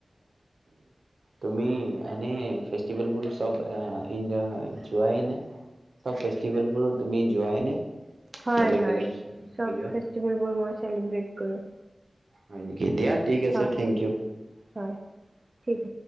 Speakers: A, on the right; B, on the right.
A: তুমি এনে ফেষ্টিভেলবোলৰ চব যোৱাই নে, ফেভেলবোৰ তুমি যোৱাই নে?
B: হয়,
A: বেলেগ
B: হয়
A: বেলেগ থাকিলেও
B: চব ফেষ্টিভেলবোৰ মই চেলিব্ৰেট কৰোঁ।
A: হয় নেকি দিয়াত ঠিক আছে
B: হয়
A: থেংক ইউ।
B: হয় ঠিক আছে